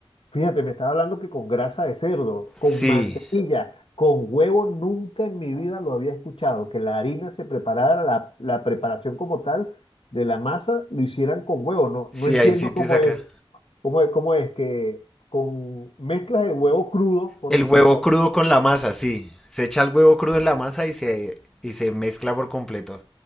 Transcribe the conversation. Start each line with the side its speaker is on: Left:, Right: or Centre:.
Left: fíjate, me estaba hablando que con grasa de cerdo, con
Centre: Sí,
Left: mantequilla. Con huevo nunca en mi vida lo había escuchado, que la harina se preparara, la, la preparación como tal de la masa, lo hicieran con huevo. No,
Centre: sí,
Left: no entiendo
Centre: hay sitios
Left: cómo
Centre: acá.
Left: es, cómo es, cómo es que con mezclas de huevo crudo, por
Centre: El
Left: decirlo,
Centre: huevo crudo con la masa, sí. Se echa el huevo crudo en la masa y se, y se mezcla por completo.